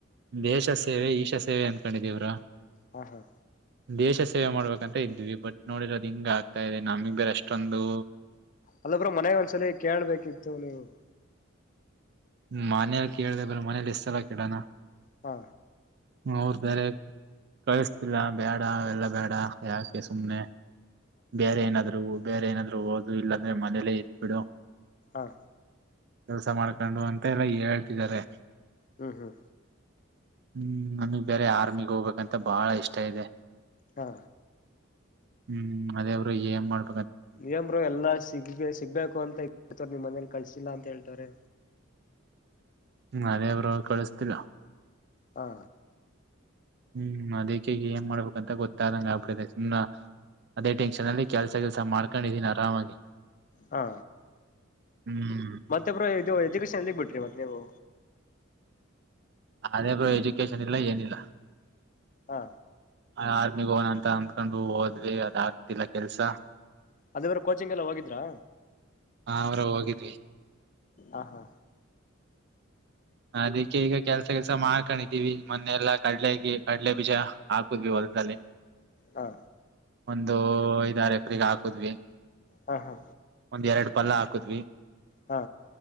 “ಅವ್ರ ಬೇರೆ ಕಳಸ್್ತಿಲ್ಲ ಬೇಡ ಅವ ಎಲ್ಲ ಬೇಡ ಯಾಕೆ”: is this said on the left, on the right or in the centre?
Right